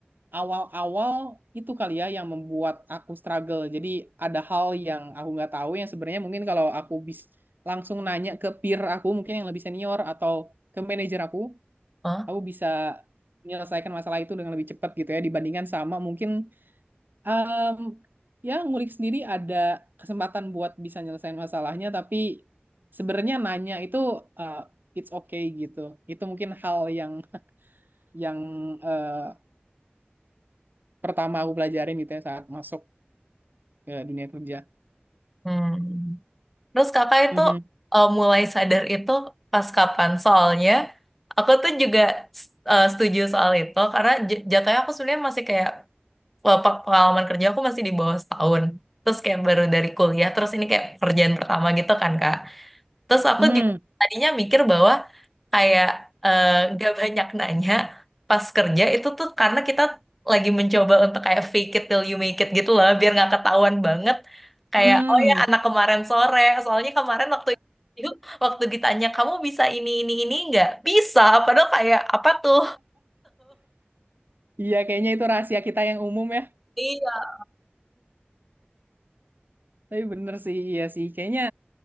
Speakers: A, on the right; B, in the centre.
A: awal-awal itu kali ya yang membuat aku struggle. Jadi ada hal yang aku nggak tahu yang sebenarnya mungkin kalau aku bisa langsung nanya ke peer aku mungkin yang lebih senior atau ke manajer aku,
B: Hah?
A: aku bisa menyelesaikan masalah itu dengan lebih cepat gitu ya dibandingkan sama mungkin em, ya ngulik sendiri ada kesempatan buat bisa nyelesain masalahnya tapi sebenarnya nanya itu eh, it's okay gitu. Itu mungkin hal yang yang uh, pertama aku pelajarin gitu ya saat masuk ke dunia kerja.
B: Hmm. Terus kakak itu
A: Mhm.
B: eh, mulai sadar itu pas kapan? Soalnya aku tuh juga s- eh, setuju soal itu karena j- jatuhnya aku sebenarnya masih kayak eh, pe- pengalaman kerja aku masih di bawah setahun. Terus kayak baru dari kuliah, terus ini kayak pekerjaan pertama gitu kan Kak. Terus aku
A: Mhm.
B: juga tadinya mikir bahwa kayak eh, gak banyak nanya pas kerja itu tuh karena kita lagi mencoba untuk kayak fake it till you make it gitu lah biar nggak ketahuan banget kayak
A: Hmm.
B: oh ya anak kemarin sore soalnya kemarin waktu itu waktu ditanya kamu bisa ini ini ini nggak bisa padahal kayak apa tuh
A: Iya kayaknya itu rahasia kita yang umum ya.
B: iya
A: Tapi bener sih, iya sih. Kayaknya